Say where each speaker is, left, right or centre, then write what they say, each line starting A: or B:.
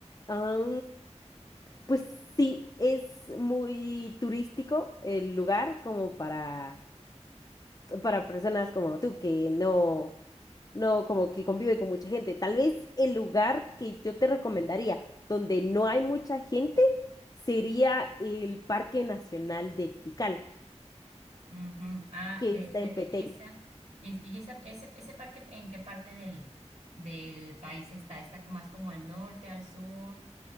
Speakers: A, on the left; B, on the right.
A: Ah, pues sí, es muy turístico el lugar como para para personas como tú que no, no, como que convive con mucha gente. Tal vez el lugar que yo te recomendaría donde no hay mucha gente sería el Parque Nacional de Tikal,
B: Ujú. Ah,
A: que
B: de,
A: está
B: de,
A: en
B: ti-
A: Petén.
B: y esa, y, es- y esa, ese, ese parque, ¿en qué parte del, del país está? ¿Está como más como al norte, al sur?